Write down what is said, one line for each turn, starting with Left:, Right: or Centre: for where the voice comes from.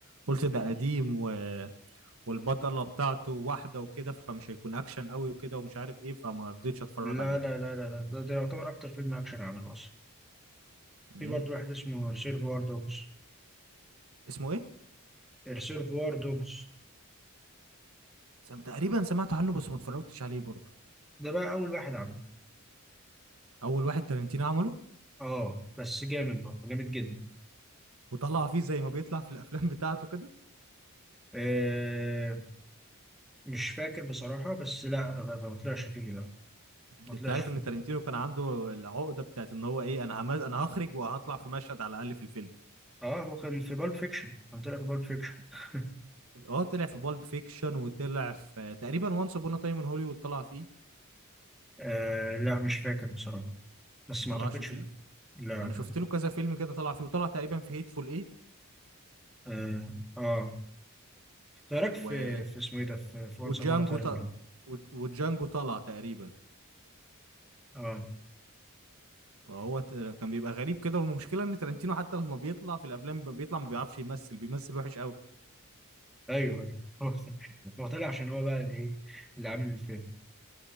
Right: قلت ده قديم و... والبطله بتاعته واحده وكده فمش هيكون اكشن قوي وكده ومش عارف ايه فما رضيتش اتفرج
Centre: لا
Right: عليه
Centre: لا لا لا لا ده, ده يعتبر أكتر فيلم أكشن عمله أصلا
Right: امم
Centre: في برضه واحد اسمه ريسيرفوار دوجز
Right: اسمه ايه
Centre: ريسيرفوار دوجز
Right: سم... تقريبا سمعت عنه بس ما اتفرجتش عليه برضه
Centre: ده بقى أول واحد عمله
Right: اول واحد تارنتينو عمله
Centre: اه بس جامد بقى جامد جدا
Right: وطلع فيه زي ما بيطلع في الافلام بتاعته كده
Centre: آه مش فاكر بصراحة بس لا ما ما طلعش فيه لا ما
Right: انت
Centre: طلعش
Right: عارف
Centre: فيه
Right: ان تارنتينو كان عنده العقده بتاعت ان هو ايه انا همز... انا هخرج وهطلع في مشهد على الاقل في الفيلم
Centre: اه هو كان في بالب فيكشن كان طلع في بالب فيكشن <laughs>
Right: اه طلع في بالب فيكشن وطلع في تقريبا وانس ابون تايم ان هوليوود طلع فيه
Centre: آه لا مش فاكر بصراحة بس
Right: ما
Centre: ما
Right: طلعش
Centre: أعتقدش
Right: فيه
Centre: لا لا
Right: انا شفت له كذا فيلم كده طلع فيه وطلع تقريبا في هيتفول ايت
Centre: لا. آه, آه إيه رايك في
Right: و...
Centre: في اسمه ايه ده في في وانس
Right: وجانجو
Centre: ابون تايم
Right: ط...
Centre: هنا
Right: و... وجانجو طلع تقريبا
Centre: اه
Right: فهو ت... كان بيبقى غريب كده والمشكله ان ترنتينو حتى لما بيطلع في الافلام بيطلع ما بيعرفش يمثل بيمثل وحش قوي
Centre: ايوه ايوه <laughs> هو هو طلع عشان هو بقى اللي ايه اللي عامل الفيلم